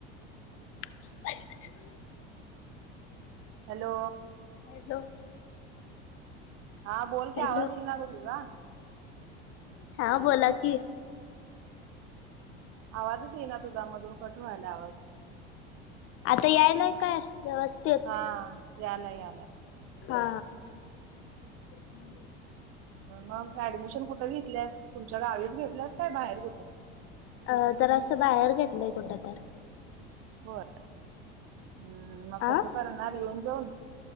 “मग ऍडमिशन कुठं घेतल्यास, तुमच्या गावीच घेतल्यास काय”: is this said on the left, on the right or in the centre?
Right